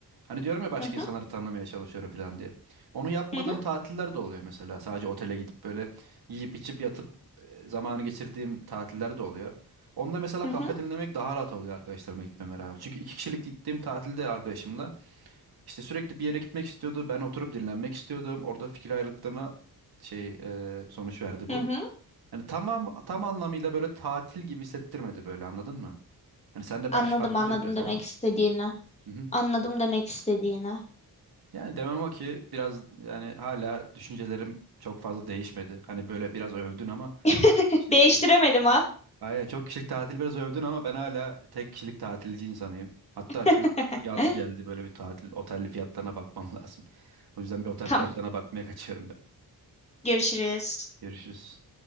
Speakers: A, on the right; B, on the left.
A: Hani diyorum ya başka
B: hı hı,
A: insanları tanımaya çalışıyorum falan diye. Onu yapmadığım
B: hı hı,
A: tatiller de oluyor mesela. Sadece otele gidip böyle yiyip içip yatıp e, zamanı geçirdiğim tatiller de oluyor. Onda mesela
B: hı
A: kahve
B: hı,
A: dinlemek daha rahat oluyor arkadaşlarıma gitmeme rağmen. Çünkü iki kişilik gittiğim tatilde arkadaşımla İşte sürekli bir yere gitmek istiyordu. Ben oturup dinlenmek istiyordum. Orada fikir ayrılıklarına şey e, sonuç verdi
B: hı
A: bu.
B: hı.
A: Yani tamam tam anlamıyla böyle tatil gibi hissettirmedi böyle anladın mı? Hani sen de
B: Anladım
A: belki farklıdır
B: anladım
A: biraz ama.
B: demek istediğini.
A: Hı hı.
B: Anladım demek istediğini.
A: Yani demem o ki biraz yani hala düşüncelerim çok fazla değişmedi. Hani böyle biraz övdün ama
B: <laughs>
A: kişilik
B: Değiştiremedim
A: şey çok
B: ha.
A: Aynen çok kişilik tatil biraz övdün ama ben hala tek kişilik tatilci insanıyım. Hatta
B: <laughs>
A: şu yaz geldi böyle bir tatil otel fiyatlarına bakmam <laughs> lazım. O yüzden bir otel
B: Tamam.
A: fiyatlarına bakmaya kaçıyorum ben.
B: Görüşürüz.
A: Görüşürüz.